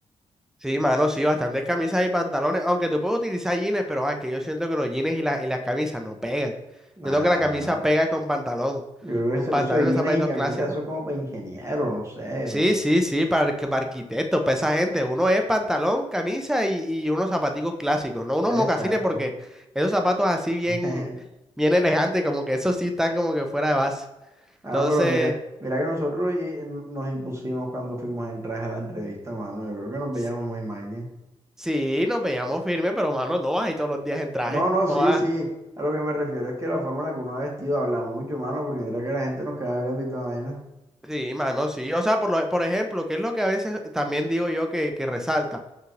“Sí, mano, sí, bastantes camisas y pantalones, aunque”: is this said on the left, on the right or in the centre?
Centre